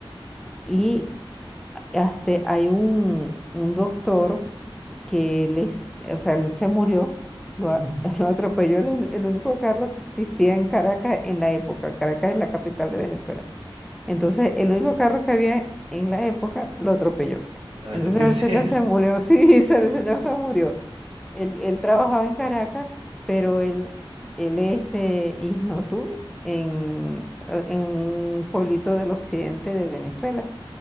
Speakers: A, in the centre; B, on the right (about 80°).
A: Y ah, este, hay un, un doctor que les, o sea, él se murió, lo, a-
B: ujú.
A: <laughs> lo atropelló el, uni- el único carro que existía en Caracas en la época. Caracas es la capital de Venezuela. Entonces, el único carro que había en la época lo atropelló.
B: Ay,
A: Entonces,
B: no puede
A: el
B: ser.
A: señor se murió, <laughs> sí, se- el señor se murió. Él, él trabajaba en Caracas, pero él, él es de Isnotú, en, en un pueblito del occidente de Venezuela.